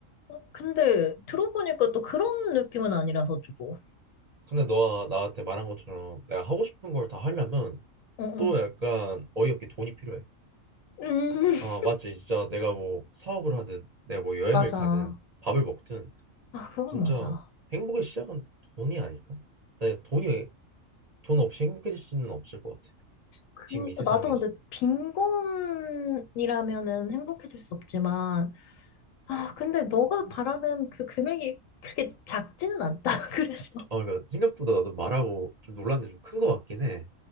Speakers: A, on the left (about 85°); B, on the right (about 40°).
A: 어, 근데 들어보니까 또 그런 느낌은 아니라서 주고
B: 근데 너가 나한테 말한 것처럼 내가 하고 싶은 걸 다 하려면
A: 응응
B: 또 약간 어이없게 돈이 필요해.
A: 음.
B: 어
A: <laughs>
B: 맞지. 진짜 내가 뭐 사업을 하든 내가 뭐 여행을
A: 맞아
B: 가든
A: 아
B: 밥을 먹든
A: 그건
B: 진짜
A: 맞아
B: 행복의 시작은 돈이 아닐까? 나 돈이 돈 없이 행복해질 수는 없을 것 같아.
A: 그
B: 지금 이 세상에서.
A: 나도 근데 빈곤이라면은 행복해질 수 없지만 아 근데 너가 바라는 그 금액이 그렇게 작지는 않다 <laughs> 그래서
B: 아, 그러니까 생각보다 나도 말하고 좀 놀란 게 좀 큰 것 같긴 해.